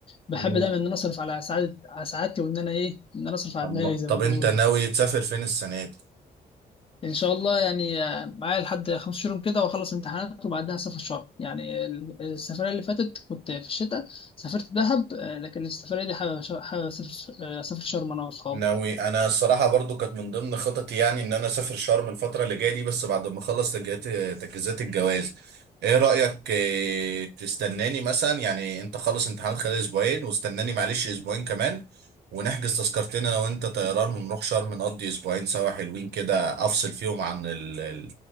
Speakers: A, on the left (about 35°); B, on the right (about 80°).
A: بحب
B: مم.
A: دايما ان انا اصرف على سعادة على سعادتي وان انا ايه ان انا اصرف على
B: أما-
A: دماغي زي
B: طب
A: ما بيقولوا
B: انت ناوي تسافر فين السنه دي
A: ان شاء الله يعني آه، معايا لحد خمس شهور كده واخلص امتحانات وبعدها اسافر شهر يعني ال- السفرية اللي فاتت كنت في الشتاء سافرت دهب آه، لكن السفرية دي حابب أش- حابب اسافر آه، اسافر شرم انا واصحابي
B: ناوي انا الصراحه برضو كانت من ضمن خططي يعني ان انا اسافر شرم الفتره اللي جايه دي بس بعد ما اخلص تجهيزات تجهيزات الجواز ايه رايك إيه تستناني مثلا يعني انت خلص امتحان خلال اسبوعين واستناني معلش اسبوعين كمان ونحجز تذكرتين انا وانت طيران ونروح شرم نقضي اسبوعين سوا حلوين كده افصل فيهم عن ال- ال-